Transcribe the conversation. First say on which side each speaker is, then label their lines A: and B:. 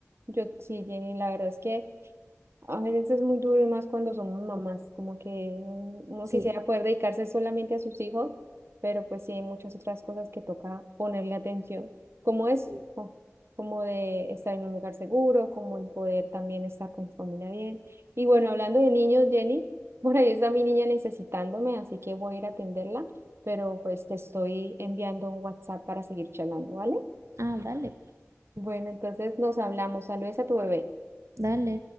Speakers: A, on the right; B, on the right.
A: yo sí, Jenny, la verdad es que A veces es muy duro y más cuando somos mamás, como que uno
B: Sí.
A: quisiera poder dedicarse solamente a sus hijos, pero pues sí hay muchas otras cosas que toca ponerle atención, como es,
B: Sí.
A: co- como de estar en un lugar seguro, como el poder también estar con tu familia bien. Y bueno, hablando de niños, Jenny, <laughs> por ahí está mi niña necesitándome, así que voy a ir a atenderla, pero pues te estoy enviando un WhatsApp para seguir charlando, ¿vale?
B: Ah, dale,
A: Bueno, entonces nos hablamos. Saludos a tu bebé.
B: dale.